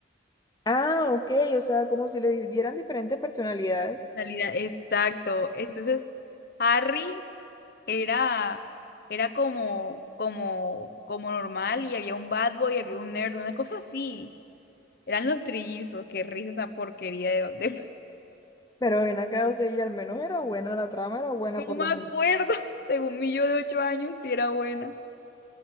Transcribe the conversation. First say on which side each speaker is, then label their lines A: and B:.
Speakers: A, on the left; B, on the left.
A: Ah, ok, o sea, como si le dieran diferentes personalidades.
B: Salida, exacto. Entonces, Harry era, era como, como, como normal y había un bad boy, había un nerd, una cosa así. Eran los trillizos, qué risa esa porquería de, de-
A: Pero ven acá, o sea, y al menos era buena la trama, era buena
B: <laughs> No
A: por
B: me
A: lo menos.
B: acuerdo, <laughs> según mi yo de ocho años, si era buena.